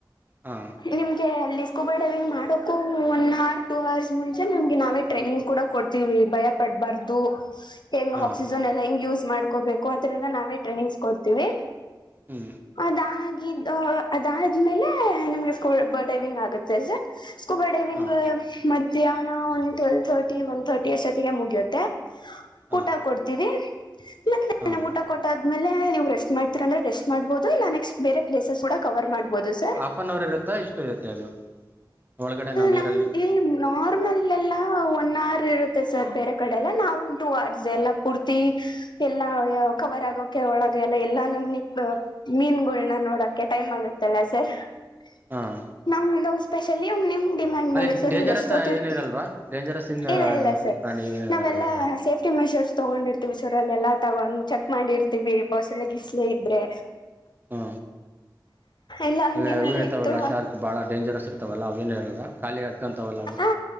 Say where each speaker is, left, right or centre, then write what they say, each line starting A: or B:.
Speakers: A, on the right; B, on the left.
A: ಹಾ.
B: ನಿಮ್ಗೆ ಅಲ್ಲಿ ಸ್ಕೂಬರ್ ಡ್ರೈವಿಂಗ್ ಮಾಡೋಕು ಒನ್ಆರ್ ಟೂ ಆರ್ಸ್ ಮುಂಚೆ ನಿಮ್ಗೆ ನಾವೇ ಟ್ರೈನಿಂಗ್ ಕೂಡ ಕೊಡ್ತೀವಿ ಭಯ ಪಡ್ಬಾರ್ದೂ ಹೆಂಗ್
A: ಹಾಂ
B: ಆಕ್ಸಿಜನ್ ಎಲ್ಲ ಹೆಂಗ್ ಯೂಸ್ ಮಾಡ್ಕೋಬೇಕು ಆತರ ಎಲ್ಲ ನಾವೆ ಟ್ರೈನಿಂಗ್ಸ್ ಕೊಡ್ತೀವಿ
A: ಹ್ಞೂ
B: ಅದಾಗಿದ್ದೊ ಅದಾದ್ಮೇಲೆ ನಿಮ್ಗೆ ಸ್ಕೋಬರ್ ಡ್ರೈವಿಂಗ್ ಆಗುತ್ತೆ <unintelligible> ಸ್ಕೂಬಾ ಡ್ರೈವಿಂಗ್
A: ಹಾಂ
B: ಮಧ್ಯಾಹ್ನಾ ಒಂದ್ ಟ್ವೆಲ್ವ್ ಥರ್ಟಿ ಒನ್ ಥರ್ಟಿ ಅಷ್ಟೊತ್ತಿಗೆ ಮುಗಿಯುತ್ತೆ
A: ಹಾಂ
B: ಊಟ ಕೊಡ್ತೀವಿ ಮಧ್ಯಾಹ್ನ
A: ಹಾಂ
B: ಊಟ ಕೊಟ್ಟ್ ಆದ್ಮೇಲೆ ನೀವು ರೆಸ್ಟ್ ಮಾಡ್ತಿರಂದ್ರೆ ರೆಸ್ಟ್ ಮಾಡ್ಬಹುದು ಇಲ್ಲ ನೆಕ್ಸ್ಟ್ ಬೇರೆ ಪ್ಲೇಸಸ್ ಕೂಡಾ ಕವರ್ ಮಾಡ್ಬೊದು ಸರ್
A: ಆಫ್ಒನ್ ಅವರ್ ಇರುತ್ತಾ ಎಷ್ಟು ಇರುತ್ತೆ ಅದು ಒಳಗಡೆ ನಾವು ನೀರಲ್ಲಿ
B: ನಮ್ಗೆ ನಾರ್ಮಲ್ ಎಲ್ಲ ಒನ್ಆರ್ ಇರುತ್ತೆ ಸರ್ ಬೇರೆ ಕಡೆ ಎಲ್ಲ ನಾವು ಟೂ ಆರ್ಸ್ ಎಲ್ಲ ಪೂರ್ತಿ ಎಲ್ಲಾ ಕವರ್ ಆಗೋಕೆ ಒಳಗೆ ಎಲ್ಲ ಎಲ್ಲಾ ನಮನಿ ಮೀನ್ಗುಳನ ನೋಡಕ್ಕೆ ಟೈಮ್ ಆಗತ್ತಲ್ಲ ಸರ್. <unintelligible>
A: ಹಾಂ
B: ನಮ್ದು ಸ್ಪೆಷಲಿ ನಿಮ್ದು ಡಿಮ್ಯಾಂಡ್
A: ಅಲ್ಲಿ
B: ಮೇಲೆ ಸರ್
A: ಡೇಂಜರಸ್
B: ನೀವು ಎಷ್ಟೊತ್ತ ಇರ್ತಿರ
A: ಏನ ಇರಲ್ವಾ
B: <inaudible>
A: ಡೇಂಜರಸ್ ಇಂದ
B: ಇಲ್ಲ ಇಲ್ಲ ಸರ್
A: ಪ್ರಾಣಿ ಏನಿರಲ್ಲ
B: ನಾವೆಲ್ಲ
A: ಒಳಗಡೆ
B: ಸೇಫ್ಟಿ ಮೆಜರ್ಸ್ ತಗೊಂಡಿರ್ತೀವಿ ಸರ್ ಅಲ್ಲಿ ಎಲ್ಲಾ ತಗೊಂಡ್ ಚೆಕ್ ಮಾಡಿರ್ತಿವಿ ಮೊಸಳೆಗಿಸಲೇ ಇದ್ರೆ
A: ಹಾ.
B: ಇಲ್ಲ ಹಂಗೇನಾರ
A: ಅಲ್ಲಿ ಇವು ಇರ್ತಾವಲ್ಲ
B: ಇತ್ತು
A: ಶಾರ್ಕ್ ಬಾಳ ಡೇಂಜರಸ್ ಇರ್ತಾವಲ್ಲ ಅವ ಏನ್ ಇರದ ಕಾಲಿಗೆ ಹತ್ಕೊಂತಾವಲ್ಲ ಅವು
B: <unintelligible> ಹ